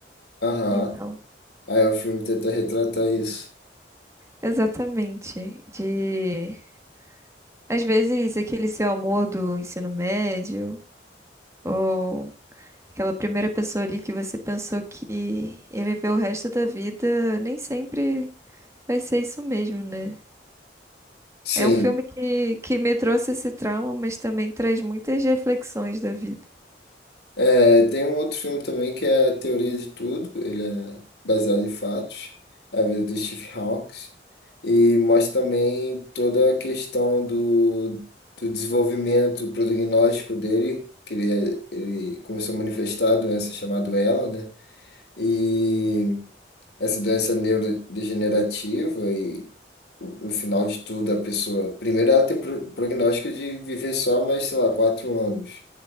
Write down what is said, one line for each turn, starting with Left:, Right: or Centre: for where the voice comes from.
Left: Aham.
Right: Então,
Left: Aí o filme tenta retratar isso.
Right: exatamente, de às vezes aquele seu amor do ensino médio ou aquela primeira pessoa ali que você pensou que ia viver o resto da vida, nem sempre vai ser isso mesmo, né?
Left: Sim.
Right: É um filme que, que me trouxe esse trauma, mas também traz muitas reflexões da vida.
Left: É, tem um outro filme também que é a Teoria de Tudo. Ele é baseado em fatos. A vida do Steve Hawkes. E mostra também toda a questão do, do desenvolvimento prognóstico dele, que ele, ele começou a manifestar a doença chamada ELA, né? E essa doença neurodegenerativa e no final de tudo a pessoa, primeiro ela tem pro- prognóstico de viver só mais, sei lá, quatro anos.